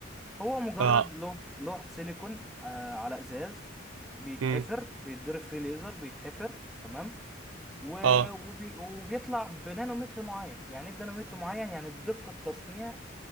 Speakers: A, in the centre; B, on the right (about 85°).
A: هو مجرد
B: اه
A: لوح لوح سيليكون آه على ازاز بيتحفر
B: مم.
A: بيتضرب فيه ليزر بيتحفر تمام و-
B: اه
A: وبي وبيطلع بنانومتر معين يعني ايه بنانومتر معين يعني بدقة تصنيع